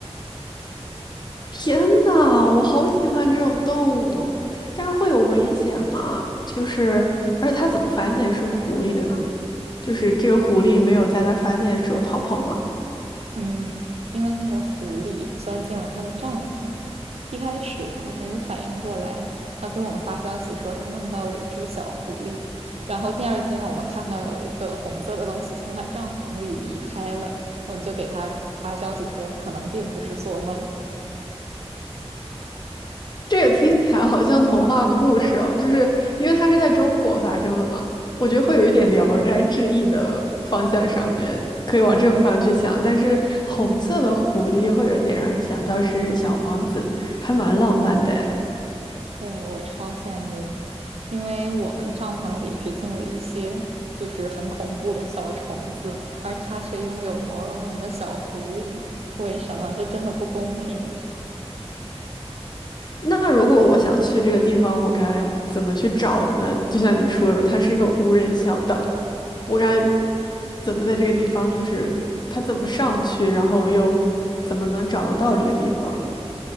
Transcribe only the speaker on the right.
嗯，因为那个狐狸钻进了他的帐篷，一开始他还没有反应过来，他给我们发消息说他梦到了一只小狐狸，然后第二天我们看到有一个红色的东西从他帐篷里离开了，我们就给他发消息说可能并不是做梦。
对，我超羡慕，因为我们的帐篷里只进了一些就是很恐怖的小虫子，而他却拥有毛茸茸的小狐狸，为什么？这真的不公平。